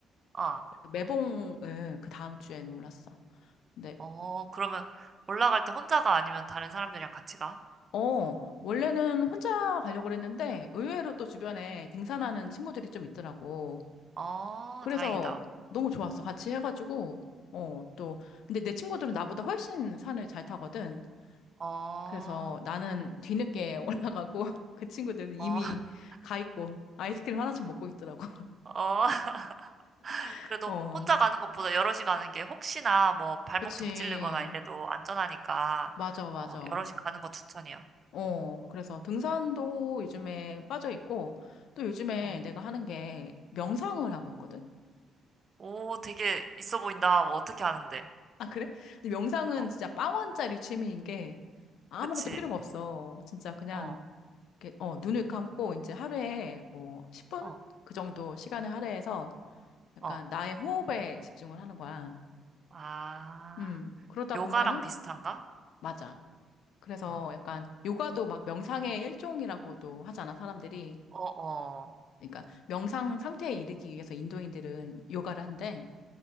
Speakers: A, on the right (about 40°); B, on the left (about 75°).
A: 어,
B: 그래서 매봉을 그 다음 주에는 올랐어. 근데,
A: 어, 그러면 올라갈 때 혼자가 아니면 다른 사람들이랑 같이 가?
B: 어, 원래는 혼자 가려고 그랬는데 의외로 또 주변에 등산하는 친구들이 좀 있더라고.
A: 어,
B: 그래서
A: 다행이다.
B: 너무 좋았어. 같이 해가지고, 어, 또. 근데 내 친구들은 나보다 훨씬 산을 잘 타거든.
A: 어,
B: 그래서 나는 뒤늦게 <laughs> 올라가고, 그 친구들은 이미
A: 어, <laughs>
B: 가 있고, 아이스크림 하나씩 먹고 있더라고.
A: 어, <laughs>
B: <laughs>
A: 그래도
B: 어,
A: 혼자 가는 것보다 여럿이 가는 게 혹시나 뭐 발목
B: 그치.
A: 접질리거나 이래도 안전하니까,
B: 맞아, 맞아.
A: 어, 여럿이 가는 거 추천이야.
B: 어, 그래서 등산도 요즘에 빠져 있고, 또 요즘에
A: 어,
B: 내가 하는 게 명상을 하고 있거든?
A: 오, 되게 있어 보인다. 뭐 어떻게 하는데?
B: 아, 그래? 근데 명상은
A: 어,
B: 진짜 빵원짜리 취미인 게 아무것도
A: 그치.
B: 필요가 없어. 진짜 그냥
A: 어,
B: 이렇게, 어, 눈을 감고 이제 하루에 뭐 10분?
A: 어.
B: 그 정도 시간을 할애해서 약간
A: 어.
B: 나의 호흡에 집중을 하는 거야.
A: 아,
B: 음, 그러다
A: 요가랑
B: 보면은,
A: 비슷한가?
B: 맞아. 그래서
A: 어,
B: 약간 요가도 막 명상의 일종이라고도 하잖아, 사람들이.
A: 어, 어.
B: 그러니까 명상 상태에 이르기 위해서 인도인들은 요가를 한대.